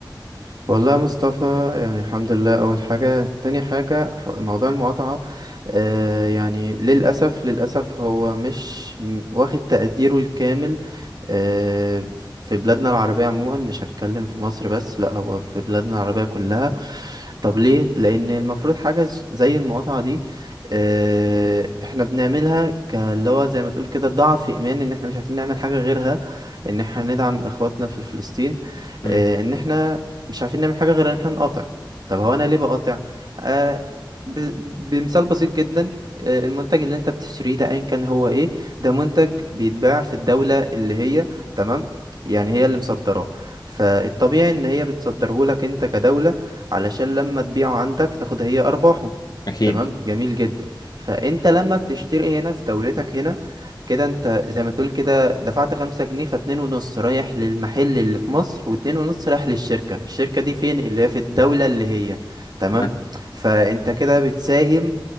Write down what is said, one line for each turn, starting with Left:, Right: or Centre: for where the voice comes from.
Right: والله يا مصطفى يعني الحمد لله اول حاجه تاني حاجه ح- موضوع المقاطعه آه يعني للاسف للاسف هو مش م- واخد تقديره الكامل آه في بلادنا العربيه عموما مش هتكلم في مصر بس لا هو في بلادنا العربيه كلها طب ليه لان المفروض حاجه ز- زي المقاطعه دي آه احنا بنعملها كاللي هو زي ما تقول كده ضعف ايمان ان احنا مش عارفين نعمل حاجه غيرها ان احنا ندعم اخواتنا في فلسطين
Left: مم،
Right: آه، ان احنا مش عارفين نعمل حاجة غير ان احنا نقاطع طب هو انا ليه بقاطع آه ب... بمثال بسيط جدا آه المنتج اللي انت بتشتريه ده ايا كان هو ايه ده منتج بيتباع في الدولة اللي هي تمام يعني هي اللي مصدراه فالطبيعي ان هي بتصدره لك انت كدولة علشان لما تبيعه عندك تاخد هي ارباحه
Left: اكيد
Right: تمام جميل جدا فانت لما بتشتري هنا في دولتك هنا كده انت زي ما تقول كده انت دفعت خمسة جنيه فاتنين ونص رايح للمحل اللي في مصر واتنين ونص رايح للشركة الشركة دي فين اللي هي في الدولة اللي هي تمام
Left: ما-
Right: فانت كده بتساهم